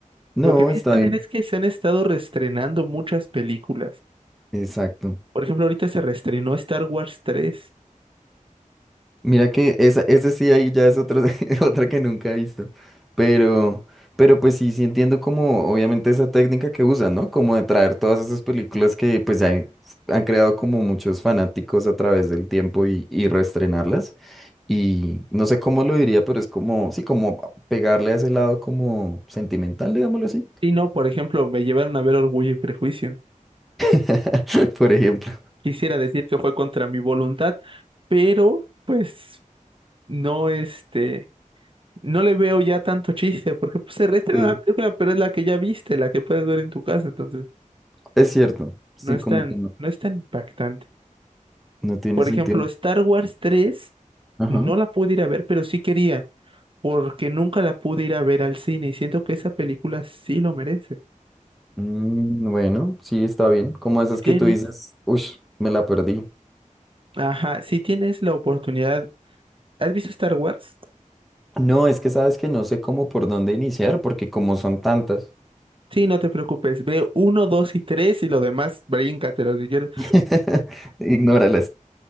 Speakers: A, in the centre; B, on the right (about 40°).
A: no,
B: Lo que
A: está
B: vi también
A: bien.
B: es que se han estado reestrenando muchas películas.
A: Exacto.
B: Por ejemplo, ahorita se reestrenó Star Wars tres.
A: Mira que esa, ese sí ahí ya es otra, <laughs> otra que nunca he visto. Pero, pero pues sí, sí entiendo como obviamente esa técnica que usan, ¿no? Como de traer todas esas películas que pues ya he- han creado como muchos fanáticos a través del tiempo y, y reestrenarlas. Y no sé cómo lo diría, pero es como, sí, como pegarle a ese lado como sentimental, digámoslo así.
B: Y no, por ejemplo, me llevaron a ver Orgullo y Prejuicio.
A: <laughs> Por ejemplo.
B: Quisiera decir que fue contra mi voluntad, pero pues no este. no le veo ya tanto chiste, porque pues, se reestrena
A: Sí.
B: la película, pero es la que ya viste, la que puedes ver en tu casa, entonces
A: Es cierto. Sí,
B: no es
A: como
B: tan,
A: que no,
B: no es tan impactante.
A: no tiene
B: Por
A: sentido.
B: ejemplo, Star Wars 3
A: Ajá.
B: no la pude ir a ver, pero sí quería, porque nunca la pude ir a ver al cine y siento que esa película sí lo merece.
A: Mm, bueno, sí, está bien. Como esas
B: Si Tienes,
A: que tú dices, uff, me la perdí.
B: ajá, si tienes la oportunidad, ¿has visto Star Wars?
A: No, es que sabes que no sé cómo por dónde iniciar, porque como son tantas,
B: Sí, no te preocupes, ve uno, dos y tres y lo demás bríncatelo si quieres.
A: <laughs> ignóralas.